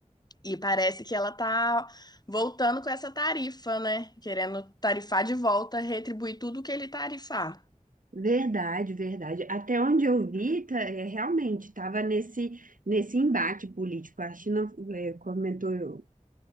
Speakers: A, on the left; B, on the right.
A: E parece que ela tá voltando com essa tarifa, né? Querendo tarifar de volta, retribuir tudo que ele tarifar.
B: Verdade, verdade. Até onde eu vi, tá, é, realmente estava nesse, nesse embate político. A China é, comentou,